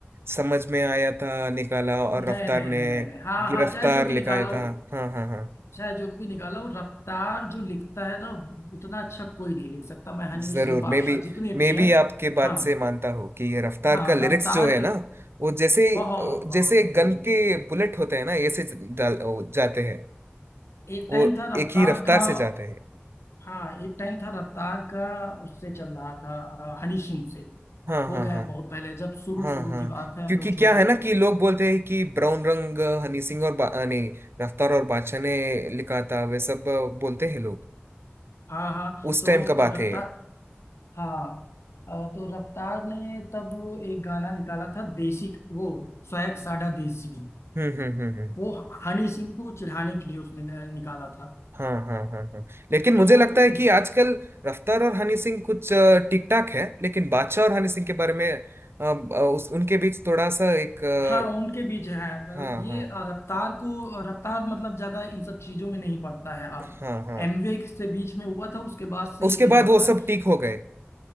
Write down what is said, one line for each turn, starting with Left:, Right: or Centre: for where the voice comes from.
Right: समझ में आया था निकाला और
Left: नहीं
Right: रफ्तार
Left: नहीं
Right: ने
Left: नहीं नहीं नहीं हाँ
Right: गिरफ्तार
Left: हाँ चाहे जो भी
Right: लिखाया
Left: निकाला हो
Right: था हाँ हाँ हाँ
Left: चाहे जो भी निकाला वो रफ्तार जो लिखता है ना उतना अच्छा कोई नहीं लिख सकता मैं हनीश
Right: जरूर
Left: सिंह बादशाह
Right: मे बी
Left: जितने
Right: मे
Left: भी
Right: बी
Left: हैं
Right: आपके बात
Left: हाँ
Right: से मानता हूँ कि ये रफ्तार
Left: हाँ
Right: का लिरिक्स
Left: रफ्तार
Right: जो है
Left: की
Right: ना वो जैसे
Left: बहुत बहुत
Right: जैसे
Left: बेहतरीन
Right: गन के बुलेट होते हैं ना ऐसे डाल- जाते हैं
Left: एक
Right: वो
Left: टाइम था रफ्तार
Right: एक ही रफ्तार
Left: का
Right: से जाते हैं
Left: हाँ एक टाइम था रफ्तार का उससे चल रहा था अ, हनीश सिंह से
Right: हाँ
Left: हो
Right: हाँ
Left: गए
Right: हाँ
Left: हैं बहुत पहले जब शुरू
Right: हाँ
Left: शुरू
Right: हाँ
Left: की बात है हम
Right: क्योंकि
Left: लोग छोटे
Right: क्या है ना
Left: थे
Right: कि लोग बोलते हैं कि ब्राउन रंग हनी सिंह और बा, आ, नहीं रफ्तार और बादशाह ने लिखा था वे सब बोलते हैं लोग
Left: हाँ हाँ
Right: उस
Left: तो
Right: टाइम का बात
Left: रफ्तार
Right: है ये।
Left: हाँ अ, तो रफ्तार ने तब एक गाना निकाला था देसी वो सोएग साडा देसी
Right: हम्म हम्म हम्म हम्म
Left: वो हनी सिंह को चिढ़ाने के लिए उसने न- निकाला था
Right: हाँ हाँ हाँ हाँ लेकिन मुझे
Left: तो
Right: लगता है
Left: उस
Right: कि आजकल रफ्तार और हनी सिंह कुछ ठीक ठाक है लेकिन बादशाह और हनी सिंह के बारे में अ, अ, उस उनके बीच थोड़ा सा एक अ,
Left: हाँ उनके बीच है मतलब
Right: हाँ
Left: ये
Right: हाँ
Left: रफ्तार को रफ्तार मतलब ज्यादा इन सब चीजों में नहीं पड़ता है अब
Right: हाँ हाँ
Left: एमवे से बीच में हुआ था उसके बाद से
Right: उसके
Left: ये नहीं
Right: बाद
Left: पड़ता
Right: वो
Left: है
Right: सब ठीक हो गए